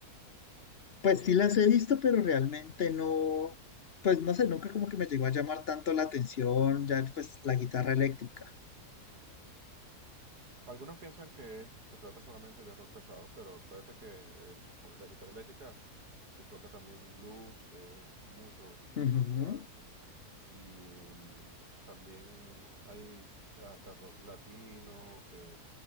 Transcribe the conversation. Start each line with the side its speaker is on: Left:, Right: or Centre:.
Left: Pues sí las he visto, pero realmente no, pues no sé, nunca como que me llegó a llamar tanto la atención, ya pues la guitarra eléctrica.
Right: Algunos piensan que es- se trata solamente de rock pesado, pero acuérdate que el- cu- la guitarra eléctrica se toca también blues, que es mucho, s- muy
Left: Ujú.
Right: suave. Y em, también hay hasta rock latino, que,